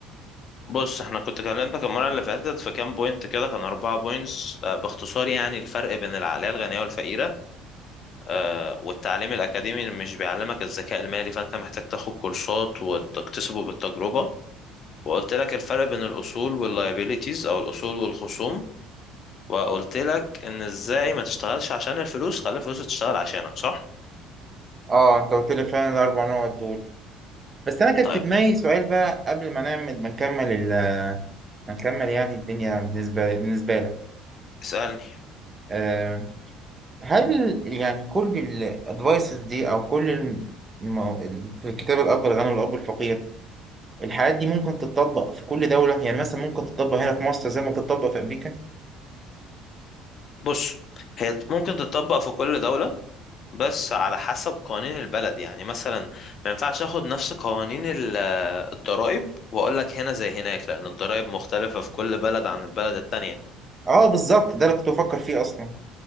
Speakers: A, on the left (about 50°); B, on the right (about 30°).
A: بص احنا كنت كلمتك المره اللي فاتت في كام بوينت كده كان اربعة بوينتس آه، باختصار يعني الفرق بين العقليه الغنيه والفقيره آه، والتعليم الاكاديمي اللي مش بيعلمك الذكاء المالي فانت محتاج تاخد كورسات وتكتسبه بالتجربه وقلت لك الفرق بين الاصول واللايبيليتيز او الاصول والخصوم وقلت لك ان ازاي ما تشتغلش عشان الفلوس خلي الفلوس تشتغل عشانك صح
B: أه أنت قلت لي فعلا الأربع نقط دول بس أنا كان
A: طيب
B: في دماغي سؤال بقى قبل ما نعمل ما نكمل ال ما نكمل يعني الدنيا بالنسبة بالنسبة لك
A: اسالني
B: آه هل يعني كل الأدفايسز دي أو كل الم... الم- في كتاب الأب الغني والأب الفقير الحاجات دي ممكن تتطبق في كل دولة يعني مثلا ممكن تتطبق هنا في مصر زي ما بتتطبق في أمريكا
A: بص هي ممكن تتطبق في كل دوله بس على حسب قوانين البلد يعني مثلا ما ينفعش اخد نفس قوانين ال- آه، الضرائب واقول لك هنا زي هناك لان الضرائب مختلفة في كل بلد عن البلد التانية
B: اه بالظبط ده اللي كنت بفكر فيه أصلا